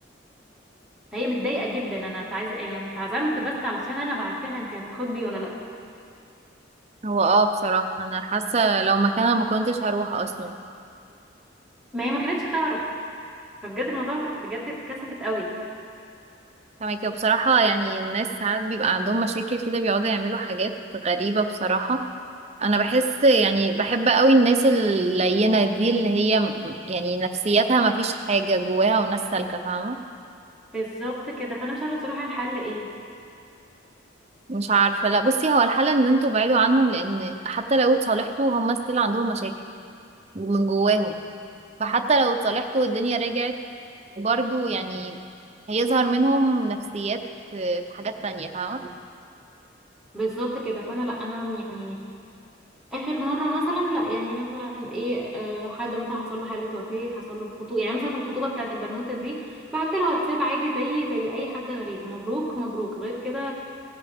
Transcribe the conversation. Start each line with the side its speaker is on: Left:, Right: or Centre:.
Centre: فهي متضايقه جدا انا تعز... يعني انا اتعزمت بس علشان انا بعت لها انت هتتخطبي ولا لا
Right: هو اه بصراحه انا حاسه لو مكانها ما كنتش هروح اصلا
Centre: ما هي ما كانتش تعرف فبجد الموضوع بجد اتكسفت قوي
Right: فاهمك وبصراحه يعني الناس ساعات بيبقى عندهم مشاكل كده بيقعدوا يعملوا حاجات غريبه بصراحه انا بحس يعني بحب قوي الناس اللينة دي اللي هي م- يعني نفسيتها ما فيش حاجة جواها وناس سالكة فاهمة
Centre: بالظبط كده فانا مش عارفه بصراحه الحل ايه
Right: مش عارفة لا بصي هو الحل ان انتوا بعيدوا عنهم لان حتى لو اتصالحتوا هم ستيل عندهم مشاكل من جواهم فحتى لو اتصالحتوا والدنيا رجعت برضو يعني هيظهر منهم نفسيات في في حاجات تانية فاهمة
Centre: بالظبط كده فانا لا انا يعني اخر مره مثلا لا يعني مثلا ايه آه، حد مثلا حصل له حاله وفاه حصل له الخطوبه يعني مثلا في الخطوبه بتاعت البنوته دي بعت لها واتساب عادي زي زي اي حد غريب مبروك مبروك غير كده